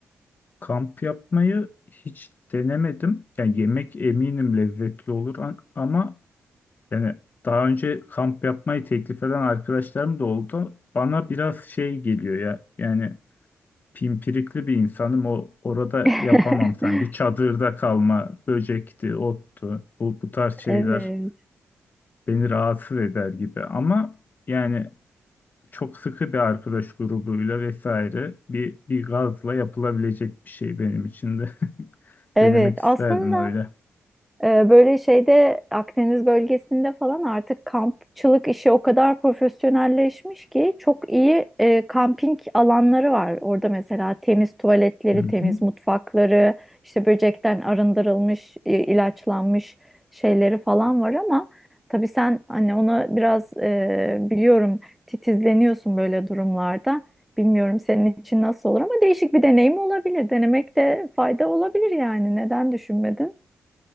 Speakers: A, on the left (about 40°); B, in the centre.
A: kamp yapmayı hiç denemedim. Yani yemek eminim lezzetli olur an- ama yani daha önce kamp yapmayı teklif eden arkadaşlarım da oldu. Bana biraz şey geliyor ya. Yani pimpirikli bir insanım. O orada
B: <laughs>
A: yapamam sanki. Çadırda kalma, böcekti, ottu, bu, bu tarz şeyler.
B: Evet.
A: beni rahatsız eder gibi ama yani çok sıkı bir arkadaş grubuyla vesaire bir bir gazla yapılabilecek bir şey benim için de <laughs>
B: Evet,
A: denemek isterdim
B: aslında.
A: öyle.
B: Ee, Böyle şeyde Akdeniz bölgesinde falan artık kampçılık işi o kadar profesyonelleşmiş ki çok iyi e, kamping alanları var. Orada mesela temiz tuvaletleri,
A: Hı
B: temiz
A: hı.
B: mutfakları, işte böcekten arındırılmış, e, ilaçlanmış şeyleri falan var ama tabii sen hani ona biraz e, biliyorum titizleniyorsun böyle durumlarda. Bilmiyorum senin için nasıl olur ama değişik bir deneyim olabilir. Denemekte fayda olabilir yani. Neden düşünmedin?